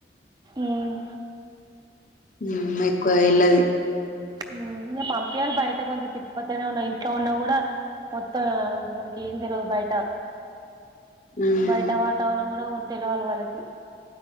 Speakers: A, on the right; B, on the left.
A: ఉహ్మ్
B: హ్మ్ ఎక్కువ ఎలాదు
A: హ్మ్ ఇంగ్ పంపియాలి బయట కొంచెం తిప్ కపోతేనే ఉన్నా ఇంట్లో ఉన్నా కూడా మొత్తం. వాళ్ళకి ఏం తెలవదు బయట.
B: మ్మ్
A: బయట వాతావరణం కూడా ఉ తెలవాల వాళ్ళకి